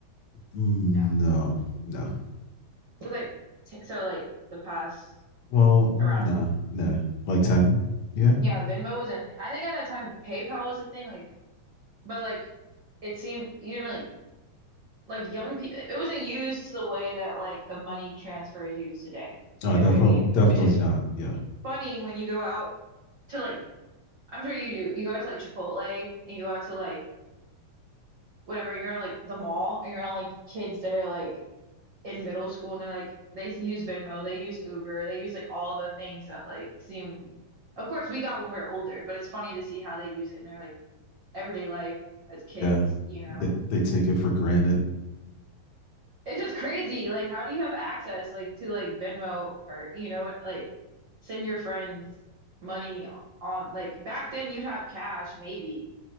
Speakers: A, on the left; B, on the right.
A: Mm,
B: No.
A: no, no.
B: It was like, t so like the past
A: <laughs> well, no,
B: around,
A: nah, no. Nah. Like 10. Yeah.
B: yeah, Venmo wasn't a thing. I think at that time PayPal was a thing, like, but like it seemed you didn't really like young people, it wasn't used to the way that like the money transfer is used today. You
A: Oh,
B: know
A: definitely,
B: what I mean?
A: definitely
B: Which is
A: not. Yeah.
B: funny when you go out to like I'm sure you do. You go to like Chipotle and you go out to like whatever, you're on like the mall and you're on like kids that are like in middle school and they're like they use Venmo, they use Uber, they use like all the things that like seem of course we got when we were older, but it's funny to see how they use it in their like everyday life as kids,
A: Yeah.
B: you know?
A: They, they take it for granted.
B: It's just crazy. Like how do you have access like to like Venmo or you know like send your friends money on like back then you'd have cash maybe